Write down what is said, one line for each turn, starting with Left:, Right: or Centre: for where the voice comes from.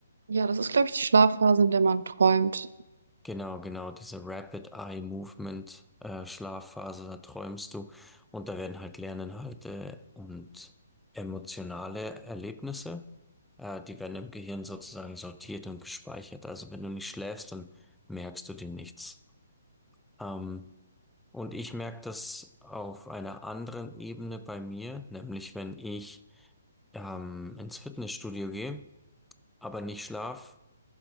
Right: Ja, das ist, glaube ich, die Schlafphase, in der man träumt.
Centre: Genau, genau, diese Rapid Eye Movement äh, Schlafphase, da träumst du und da werden halt Lerninhalte und emotionale Erlebnisse, äh, die werden im Gehirn sozusagen sortiert und gespeichert. Also wenn du nicht schläfst, dann merkst du dir nichts. Ähm, und ich merke das auf einer anderen Ebene bei mir, nämlich wenn ich ähm, ins Fitnessstudio gehe, aber nicht schlaf,